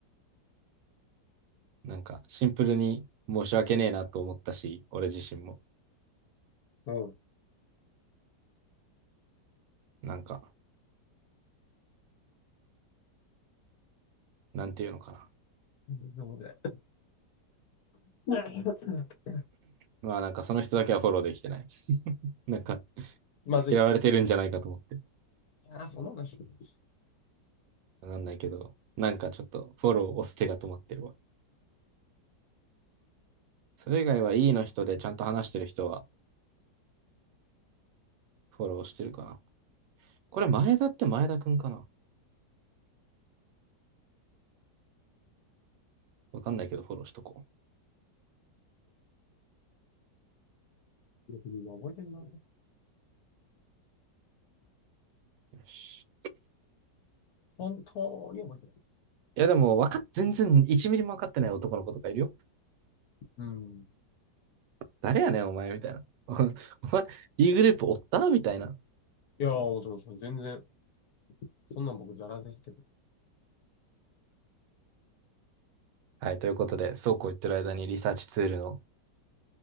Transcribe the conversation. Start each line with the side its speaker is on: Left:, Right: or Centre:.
Right: なんか、シンプルに申し訳ねえなと思ったし、俺自身も。
Left: うん。
Right: なんか、なんていうのかな。
Left: 飲めない。<laughs>
Right: まあなんか、その人だけはフォローできてない。<laughs> なんか、
Left: まずい。
Right: 嫌われてるんじゃないかと思って。
Left: あその話。し
Right: わかんないけど、なんかちょっとフォロー押す手が止まってるわ。それ以外は E の人でちゃんと話してる人はフォローしてるかな。これ前田って前田くんかなわかんないけどフォローしとこ
Left: 覚えてるな。
Right: う。よし
Left: 本当に覚えてない。
Right: いやでもわかっ、全然1ミリも分かってない男の子とかいるよ。
Left: うん。
Right: 誰やねんお前みたいな。<laughs> お前、E グループおったみたいな。
Left: いやー、もちろん、もちろん全然、そんなん僕、ザラですけど。
Right: はい、ということで、そうこう言ってる間にリサーチツールの